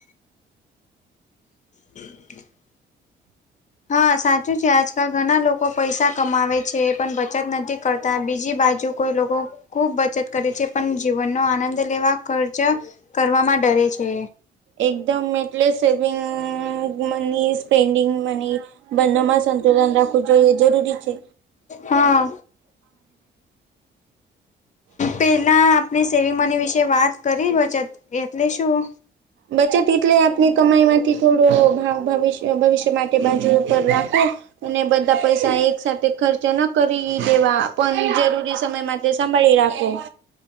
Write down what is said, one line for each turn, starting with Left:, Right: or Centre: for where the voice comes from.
Left: <inaudible> હા સાચું છે આજકાલ ઘણા લોકો પૈસા કમાવે છે છે પણ બચત નથી કરતા બીજી બાજુ કોઈ લોકો ખૂબ બચત કરે છે પણ જીવનનો આનંદ લેવા ખર્ચા કરવામાં ડરે છે.
Right: એકદમ એટલે સેવિંગ મની એ સ પેન્ડિંગ મની બંનેમાં સંતુલન રાખવું એ જરૂરી છે.
Left: હા પેલા આપણે સેવિંગ મની વિશે વાત કરી રહ્યો છે એટલે શું
Right: બચત એટલે આપની કમાઈ થી. થોડું ભવ્ય ભવિષ્ય માટે બાજુ પર રાખો અને બધા પૈસા એક સાથે ખર્ચ ન કરી દેવા પણ જરૂરી સમયમાં તે સાંભળી રાખો